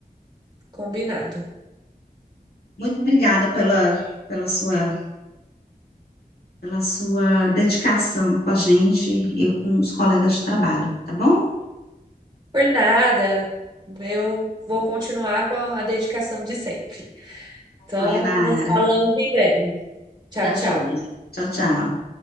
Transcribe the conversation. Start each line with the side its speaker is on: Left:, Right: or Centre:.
Right: Combinado.
Left: Muito obrigada pela, pela sua, pela sua dedicação com a gente e com os colegas de trabalho, tá bom?
Right: Por nada. Eu vou continuar com a dedicação de sempre.
Left: Tá
Right: Então,
Left: joia, Nayara.
Right: nos falamos em breve. Tchau,
Left: Tá
Right: tchau.
Left: joia. Tchau, tchau.